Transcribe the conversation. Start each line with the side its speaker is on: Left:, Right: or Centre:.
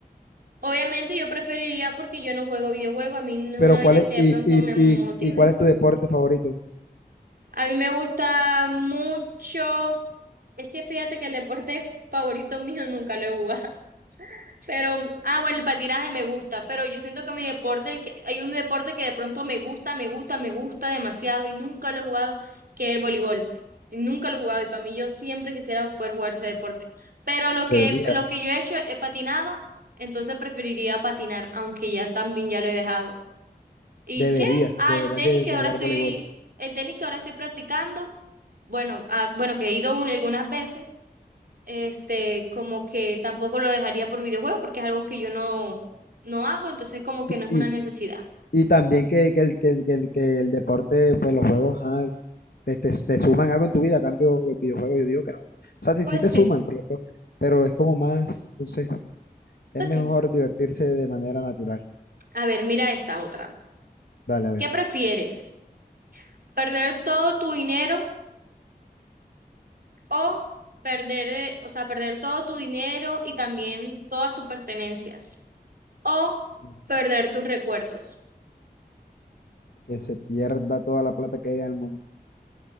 Right: Obviamente yo preferiría porque yo no juego videojuegos, a mí no es
Left: Pero
Right: una vaina
Left: ¿cuál es,
Right: que de
Left: y,
Right: pronto
Left: y,
Right: me
Left: y,
Right: motive.
Left: y cuál es tu deporte favorito?
Right: A mí me gusta mucho, es que fíjate que el deporte favorito mío nunca lo he jugado. Pero, ah, bueno, el patinaje me gusta, pero yo siento que mi deporte, el que, hay un deporte que de pronto me gusta, me gusta, me gusta demasiado y nunca lo he jugado, que es el voleibol. Nunca lo he jugado y para mí yo siempre quisiera poder jugar ese deporte. Pero lo
Left: Deberías,
Right: que, lo que yo he hecho, he patinado, entonces preferiría patinar, aunque ya también ya lo he dejado. ¿Y
Left: deberías,
Right: qué? Ah,
Left: deberías
Right: el tenis
Left: de,
Right: que
Left: de
Right: ahora
Left: jugar
Right: estoy,
Left: voleibol.
Right: el tenis que ahora estoy practicando, bueno, ah, bueno, que he ido un- algunas veces este, como que tampoco lo dejaría por videojuegos porque es algo que yo no, no hago, entonces como que no es
Left: Y,
Right: una necesidad.
Left: Y también que, que el, que, el, que el que el deporte, pues los juegos, ajá, te, te- te suman algo en tu vida, a cambio los videojuegos, yo digo que no. O sea, sí,
Right: Pues
Left: sí te
Right: sí,
Left: suman, porque to- pero es como más, no sé, es
Right: pues
Left: mejor
Right: sí.
Left: divertirse de manera natural.
Right: A ver, mira esta otra.
Left: Dale, a ver,
Right: ¿Qué prefieres? ¿Perder todo tu dinero o perder, de- o sea, perder todo tu dinero y también todas tus pertenencias? O
Left: Ujú.
Right: perder tus recuerdos.
Left: que se pierda toda la plata que hay en el mundo.